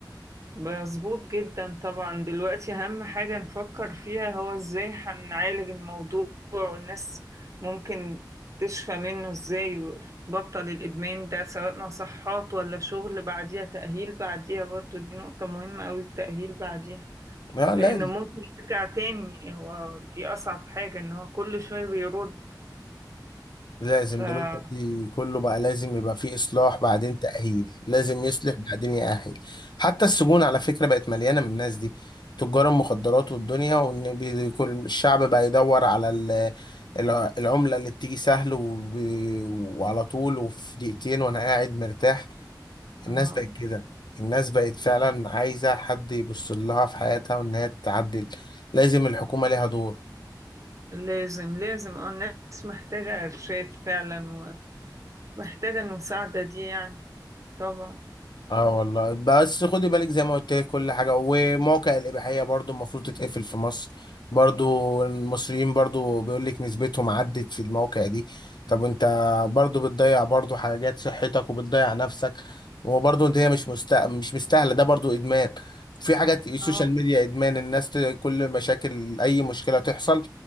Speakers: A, on the right (about 45°); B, on the left (about 70°).
A: مظبوط جدا طبعا دلوقتي أهم حاجة نفكر فيها هو ازاي هنعالج الموضوع والناس ممكن تشفى منه ازاي وتبطل الإدمان ده سواء مصحات ولا شغل بعديها تأهيل بعديها برضو دي نقطة مهمة أوي التأهيل بعديها
B: لا
A: لأنه ممكن يرجع تاني هو دي أصعب حاجة إن هو كل شوية بيرد
B: لازم
A: ف اه
B: دلوقتي كله بقى لازم يبقى فيه إصلاح بعدين تأهيل لازم يصلح بعدين يأهل حتى السجون على فكرة بقت مليانة من الناس دي تجار المخدرات والدنيا وإن بي- كل الشعب بقى يدور على ال- الع- العملة اللي بتيجي سهل وب- وعلى طول وفي دقيقتين وأنا قاعد مرتاح الناس
A: اه
B: بقت كده الناس بقت فعلا عايزة حد يبص لها في حياتها وإن هي تتعدل لازم الحكومة ليها دور
A: لازم لازم اه الناس محتاجة إرشاد فعلا محتاجة المساعدة دي يعني طبعا
B: اه والله بس خدي بالك زي ما قلت لك كل حاجه ومواقع الاباحيه برضو المفروض تتقفل في مصر برضو المصريين برضو بيقول لك نسبتهم عدت في المواقع دي طب انت برضو بتضيع برضو حاجات صحتك وبتضيع نفسك وبرضو انت هي مش مست... مش مستاهله ده برضو ادمان في حاجات السوشيال
A: اه
B: ميديا ادمان الناس ت- كل مشاكل اي مشكله تحصل